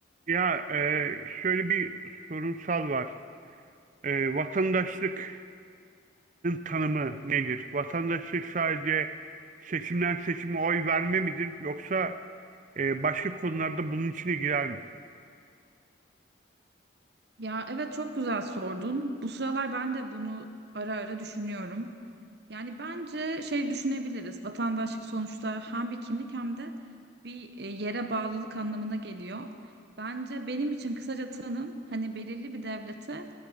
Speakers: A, on the right; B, on the right.
A: Ya e, şöyle bir sorunsal var. E, vatandaşlıkın tanımı nedir? Vatandaşlık sadece seçimden seçime oy verme midir? Yoksa e, başka konularda bunun içine girer mi?
B: Ya evet çok güzel sordun. Bu sıralar ben de bunu ara ara düşünüyorum. Yani bence şey düşünebiliriz. Vatandaşlık sonuçta hem bir kimlik hem de bir e, yere bağlılık anlamına geliyor. Bence benim için kısaca tanım hani belirli bir devlete